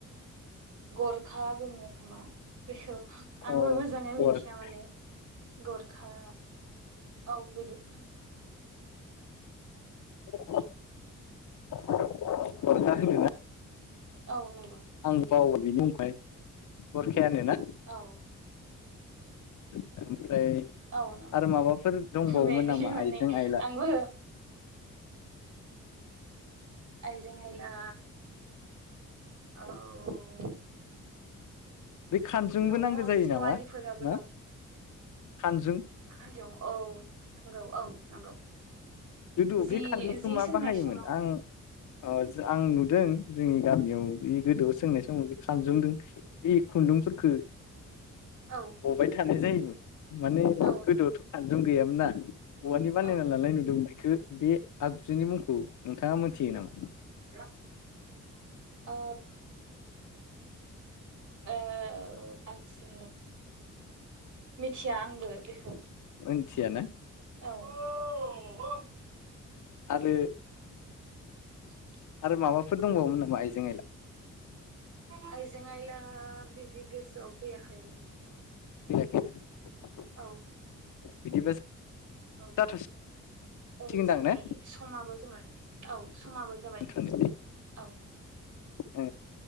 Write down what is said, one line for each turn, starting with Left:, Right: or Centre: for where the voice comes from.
Right: गरखा बुङो। खोमा बेखौ
Left: अ
Right: आंबो मोजाङै
Left: गरखा
Right: मिथिया माने गरखा औ बिदु
Left: <unintelligible>
Right: औ नंगौ।
Left: आं बावो बिनि उनाय गरखायानोना?
Right: औ
Left: ओं ओमफ्राय
Right: औ ओ
Left: आरो माबाफोर दंबावोमोन
Right: बेदि
Left: नामा
Right: माने
Left: आइजें आइला।
Right: आंबो आइजें आइला औ
Left: बे खानजुंबो
Right: दङ
Left: नांगौ जायो
Right: सेवारिफोराबो
Left: नामा ना
Right: दं।
Left: खानजुं
Right: खानजं औ नंगौ औ नंगौ
Left: गोदौ
Right: जि
Left: बे खानजंखौ
Right: जि
Left: मा
Right: सोंनाय
Left: बाहायोमोन
Right: समाव
Left: आं ओ आं नुदों जोंनि गामियाव बे गोदोआव सोंनाय समाव बे खानजंदों बे खुन्दुंफोरखो
Right: औ
Left: <inaudible> हबाय थानाय जायोमोन माने
Right: औ
Left: गोदोआवथ' खानजुं गैयामोन ना। औवानि बानायना
Right: औ
Left: लानाय नुदोंमोन बेखौ बे आगजुनि मुंखौ नोंथाङा मोनथियो नामा?
Right: <unintelligible> औ औ आतसा मिथिया आंबो बेखौ।
Left: मोनथियाना
Right: ओ औ
Left: आरो
Right: <inaudible>
Left: आरो माबाफोर दंबावोमोन नामा आइजें आइला।
Right: आयजें आइला बिदि गोसोआव फैयाखै
Left: <inaudible>
Right: औ
Left: बिदिब्ला <unintelligible>
Right: औ
Left: जाथ'सिगोनदां
Right: औ जोंनि
Left: ने
Right: समाबो जाबाय औ समाबो जाबाय
Left: दोनथ'नोसै
Right: ओ औ
Left: औ